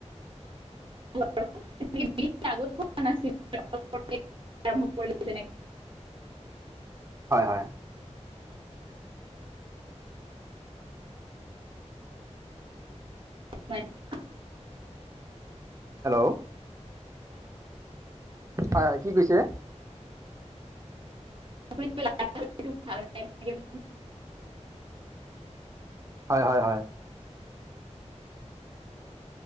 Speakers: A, on the right (about 45°); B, on the right (about 25°).
A: <unintelligible> আগত খোৱা নাছিলোঁ <unintelligible> পতককে আৰম্ভ কৰিলোঁ তেনেকে
B: হয়-হয়।
A: <unintelligible>
B: হেল্ল'? <inaudible> হয়-হয়। কি কৈছে?
A: আপুনি কিবা <unintelligible>
B: হয়-হয়-হয়।